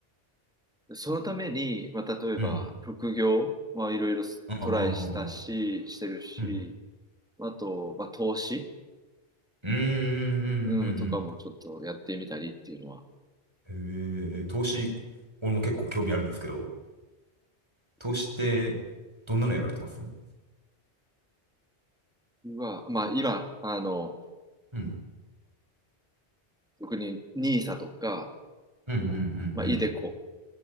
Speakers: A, in the centre; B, on the right.
A: う。そのために、まあ、例えば、
B: うん。
A: 副業はいろいろトライしたし、
B: うん。うんうんうん
A: してるし、
B: うん。うん。
A: まあと、まあ、投資、
B: うんうんうんうん
A: うん、とかもちょっとやってみたりっていうのは、
B: うん。えー、投資、俺も結構興味あるんですけど、として、どんなのやられてますうん。
A: は、まあ、今、あの、
B: うん
A: 特にニー s とか、
B: うんう
A: まあ、イデコ
B: ん